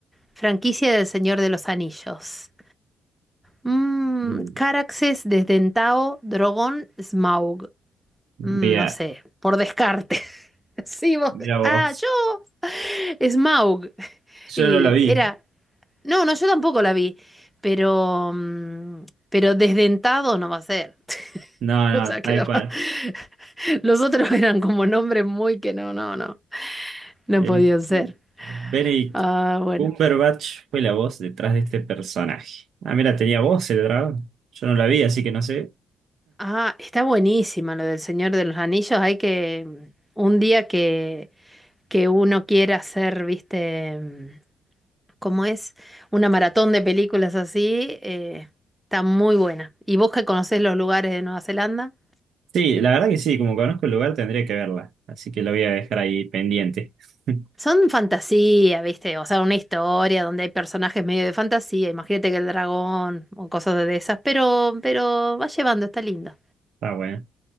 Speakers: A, in the centre; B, on the right (about 70°).
A: franquicia del Señor de los Anillos? Mm,
B: Mm.
A: Caraxes, Desdentado, Drogón, Smaug.
B: Mira,
A: Mm, no sé, por descarte. Sí, vos.
B: mira vos.
A: Ah, yo. Smaug. <laughs> Y
B: Yo no la vi.
A: era. No, no, yo tampoco la vi. Pero. mm, Pero desdentado no va a ser. <laughs>
B: No, no,
A: O sea,
B: tal
A: quedaba.
B: cual.
A: <laughs> Los otros eran como nombres muy que no, no, no. No
B: Eh,
A: podían ser.
B: Benedict
A: Ah, bueno.
B: Cumberbatch fue la voz detrás de este personaje. Ah, mira, tenía voz el dragón. Yo no la vi, así que no sé.
A: Ah, está buenísima lo del Señor de los Anillos. Hay que. Un día que. Que uno quiera ser, viste. mm, como es una maratón de películas así, eh, está muy buena. Y vos que conocés los lugares de Nueva Zelanda,
B: Sí, la verdad que sí, como conozco el lugar tendría que verla. Así que la voy a dejar ahí pendiente. <laughs>
A: son fantasía, ¿viste? O sea, una historia donde hay personajes medio de fantasía, imagínate que el dragón o cosas de esas, pero, pero va llevando, está lindo.
B: Está bueno.